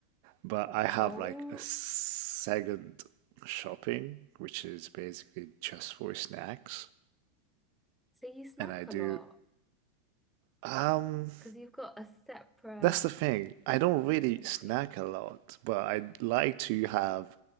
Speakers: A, on the right; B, in the centre.
A: But I have
B: Oh,
A: like a second shopping, which is basically just for snacks,
B: so you snack
A: and I do
B: a lot
A: um
B: because you've got a separate
A: That's the thing. I don't really
B: Interesting.
A: snack a lot, but i like to have